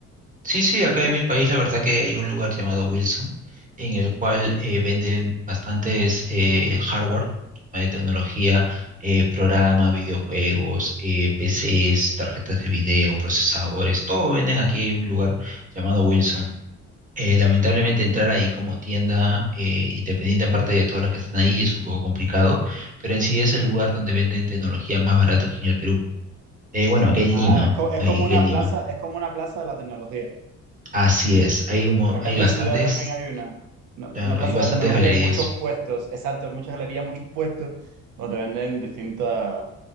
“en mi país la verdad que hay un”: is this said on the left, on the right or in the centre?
Right